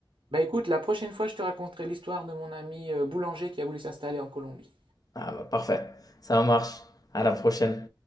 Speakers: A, on the right; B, on the left.
A: Bah écoute, la prochaine fois, je te raconterai l'histoire de mon ami euh, boulanger qui a voulu s'installer en Colombie.
B: Ah bah parfait, ça marche. À la prochaine.